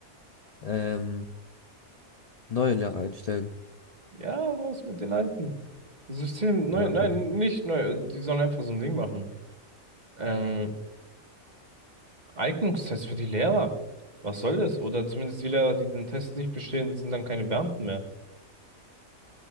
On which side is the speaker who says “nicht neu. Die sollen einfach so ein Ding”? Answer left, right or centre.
Right